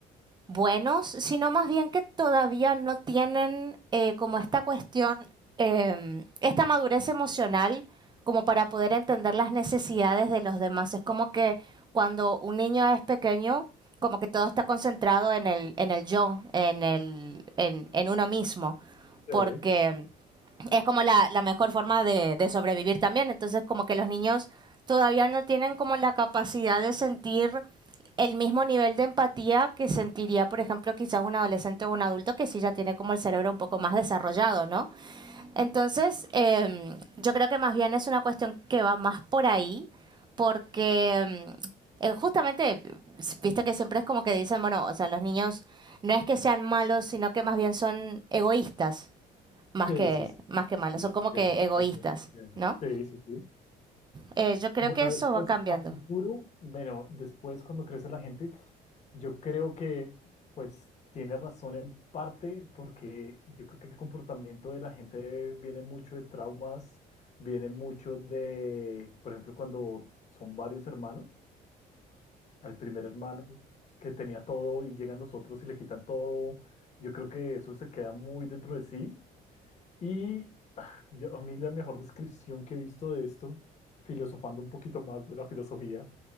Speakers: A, on the right (about 25°); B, on the left (about 40°).
A: buenos, sino más bien que todavía no tienen eh, como esta cuestión, eh, esta madurez emocional como para poder entender las necesidades de los demás. Es como que cuando un niño es pequeño, como que todo está concentrado en el, en el yo, en, el, en, en uno mismo,
B: Sí.
A: porque es como la, la mejor forma de, de sobrevivir también. Entonces, como que los niños todavía no tienen como la capacidad de sentir el mismo nivel de empatía que sentiría, por ejemplo, quizás un adolescente o un adulto que sí ya tiene como el cerebro un poco más desarrollado, ¿no? Entonces, eh, yo creo que más bien es una cuestión que va más por ahí, porque em, eh, justamente, viste que siempre es como que dicen, bueno, o sea, los niños no es que sean malos, sino que más bien son egoístas, más
B: Sí,
A: que,
B: sí, sí,
A: más
B: sí,
A: que malas,
B: sí, sí,
A: son como
B: te
A: que
B: entiendo,
A: egoístas,
B: te entiendo, te entiendo.
A: ¿no?
B: Sí, sí, sí.
A: Eh, yo creo
B: Bueno,
A: que eso
B: después
A: va cambiando.
B: a futuro, bueno, después cuando crece la gente, yo creo que pues tiene razón en parte porque yo creo que el comportamiento de la gente viene mucho de traumas, viene mucho de, por ejemplo, cuando son varios hermanos, al primer hermano que tenía todo y llegan los otros y le quitan todo, yo creo que eso se queda muy dentro de sí. Y ah, yo- a mí la mejor descripción que he visto de esto, filosofando un poquito más de la filosofía,